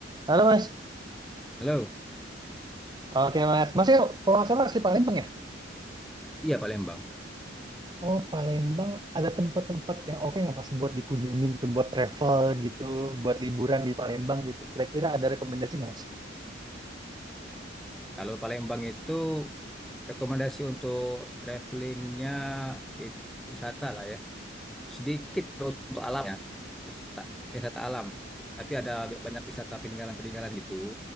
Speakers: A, on the right; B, in the centre.
A: Halo Mas.
B: Halo,
A: Oke Mas. Masnya ya, kalau nggak salah asli Palembang ya?
B: iya Palembang.
A: Oh Palembang ada tempat-tempat yang oke nggak Mas buat dikunjungi gitu, buat travel gitu, buat liburan di Palembang gitu. Kira-kira ada rekomendasi nggak Mas?
B: Kalau Palembang itu rekomendasi untuk travelingnya itu wisata lah ya. Sedikit untuk alamnya, wisata, wisata alam. Tapi ada banyak wisata peninggalan-peninggalan gitu.